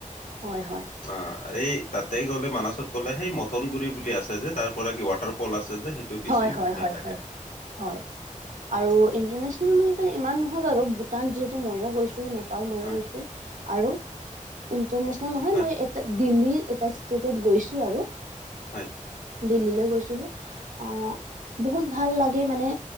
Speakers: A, on the right (about 70°); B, on the left (about 75°).
A: হয়, হয়।
B: অ' এই তাতেই গ'লে মানছত গ'লে সেই মথনগুৰি বুলি আছে যে তাৰ পৰা কি ৱাটাৰ পল আছে যে বেছি
A: হয়, হয়,
B: ধুনীয়া
A: হয়,
B: লাগে।
A: হয়। হয়, আৰু ইন্টাৰনেচনেল বুলি কলে ইমান নহয় বাৰু ভূটান যিহেতু মইো গৈছো। মইও
B: হয়,
A: গৈছো আৰু ইন্টাৰনেচনেল নহয়
B: হয়,
A: মই এ দিল্লী এটা ষ্টেটত গৈছো আৰু
B: হয়।
A: দিল্লীৈ গৈছিলো আহ বহুত ভাল লাগে মানে